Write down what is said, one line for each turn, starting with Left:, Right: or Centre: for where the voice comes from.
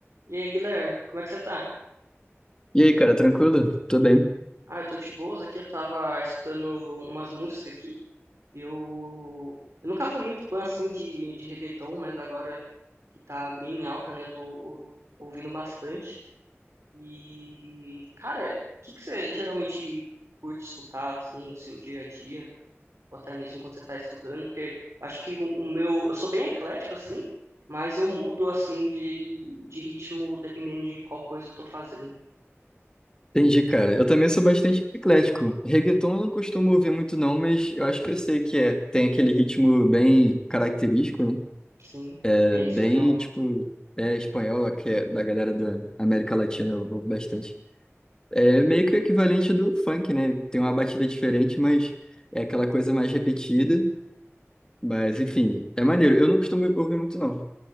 Right: E aí, Guilherme, como é que você tá?
Left: E aí, cara, tranquilo? Tô bem.
Right: Ah, eu tô de boas aqui, eu tava escutando umas músicas aqui. Eu, eu nunca fui muito fã, assim, de, de reggaeton, mas agora que tá bem em alta, né, eu tô ouvindo bastante. E, cara, o que que você geralmente curte escutar, assim, no seu dia a dia? Ou até mesmo quando você tá estudando? Porque acho que o, o meu... Eu sou bem eclético, assim, mas eu mudo, assim, de, de ritmo dependendo de qual coisa eu tô fazendo,
Left: Entendi, cara. Eu também sou bastante eclético. Reggaeton eu não costumo ouvir muito, não, mas eu acho que eu sei que é. Tem aquele ritmo bem característico, né?
Right: sim,
Left: É
Right: é em
Left: bem,
Right: espanhol.
Left: tipo, é espanhol, que é da galera da América Latina, eu ouvo bastante. É meio que o equivalente do funk, né? Tem uma batida diferente, mas é aquela coisa mais repetida. Mas, enfim, é maneiro. Eu não costumo ouvir muito, não.